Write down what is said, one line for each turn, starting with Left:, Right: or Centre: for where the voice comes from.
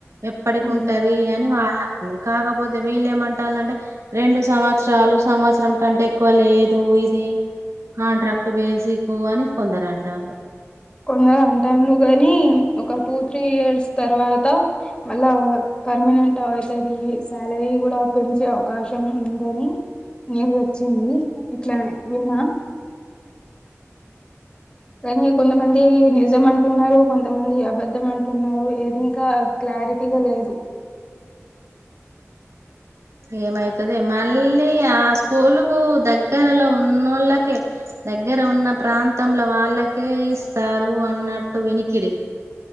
Right: ఎప్పటికి
Left: ఉమ్.
Right: ఉంటది అని వాళ్ళకు ఉన్న కాకపోతే వీళ్ళ ఏమంటాలంటే రెండు సంవత్సరాలు సంవత్సరం కంటే ఎక్కువ లేదు ఇది కాంట్రాక్ట్ బేసిక్ అని కొందరు అంటండ్రు
Left: కొందరు అంట <unintelligible> గానీ ఒక టూ త్రీ ఇయర్స్ తర్వాత మళ్ళా పర్మనెంట్ అ అవుతది శాలరీ కూడా పెంచే అవకాశం ఉందని నేరు వచ్చింది ఇట్లానే విన్న కానీ కొంతమంది నిజం అం టున్నారు కొంతమంది అబద్ధం అంటున్నారు ఏది ఇంకా క్లారిటీగా లేదు
Right: ఏమైతదో మళ్ళీ ఆ స్కూలుకు దగ్గరలో ఉన్నోళ్ళకే దగ్గర ఉన్న ప్రాంతంలో వాళ్ళకే ఇస్తారు అన్నట్టు వినికిడి